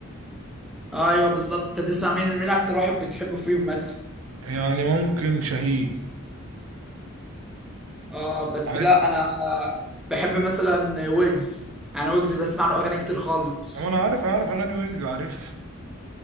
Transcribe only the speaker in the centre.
ايوه بالظبط انت بتسمع مين مين اكتر واحد بتحبه فيهم مثلا
اه بس
لا انا بحب مثلا ويجز انا ويجز بسمع له اغاني كتير خالص